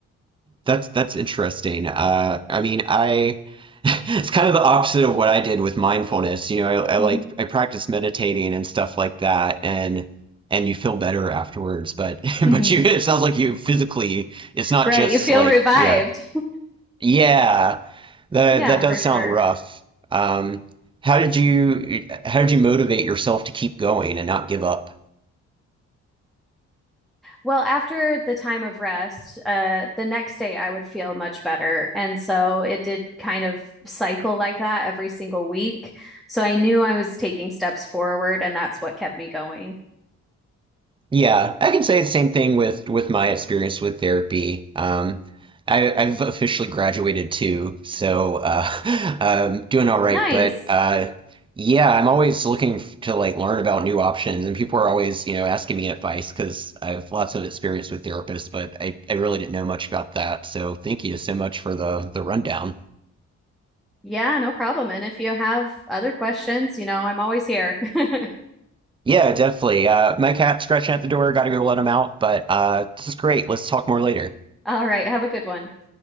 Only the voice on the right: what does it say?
That's that's interesting. Uh, I mean, I <laughs> it's kind of the opposite of what I did with mindfulness. You know, I, I like
I practice meditating and stuff like that, and and you feel better afterwards. But <laughs>
but you it sounds like you physically it's not
just
like
yeah yeah that
that
does
sound rough. Um, how did you how did you motivate yourself to keep going and not give up?
Yeah, I can say the same thing with with my experience with therapy. Um, I, I've officially graduated too, so uh, <laughs> um, doing all right.
But uh, yeah, I'm always looking f- to like learn about new options, and people are always you know asking me advice because I have lots of experience with therapists, but I, I really didn't know much about that. So thank you so much for the the rundown.
Yeah, definitely. Uh, my cat's scratching at the door. Got to go let him out. But uh, this is great. Let's talk more later.